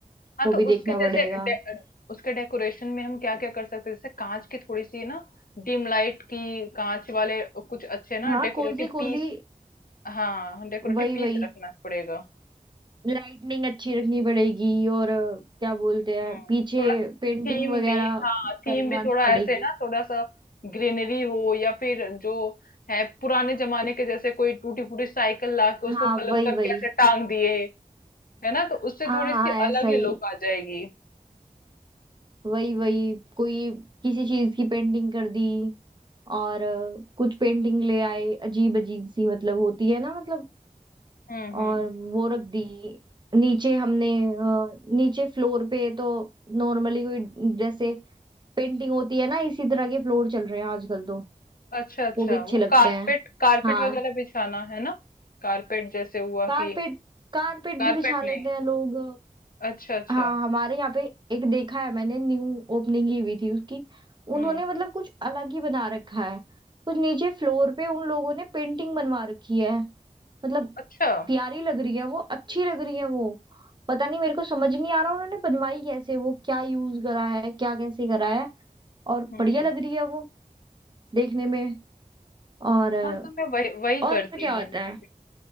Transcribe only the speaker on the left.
हाँ,
तो
उसके जैसे
डे अ, उसके डेकोरेशन में हम क्या-क्या कर सकते हैं? जैसे काँच की थोड़ी-सी ना डिम लाइट की काँच वाले अ, कुछ अच्छे ना
डेकोरेटिव
पीस हाँ, डेकोरेटिव
पीस
रखना पड़ेगा।
हुँ,
थोड़ा
थीम
भी हाँ, थीम
भी थोड़ा
ऐसे ना थोड़ा-सा ग्रीनरी हो या फिर जो है पुराने ज़माने के जैसे कोई टूटी-फूटी साइकिल ला के उसको
कलर
करके
ऐसे टाँग दिए, है ना? तो उससे
थोड़ी-सी
अलग
ही लुक आ जाएगी।
हुँ, हुँ।
अच्छा अच्छा
वो
कारपेट
कारपेट
वगैरह बिछाना है ना कारपेट जैसे हुआ
कि
कारपेट
नहीं
अच्छा अच्छा
हम्म
अच्छा
हम्म
हाँ तो मैं वही वही
करती
हूँ
मैं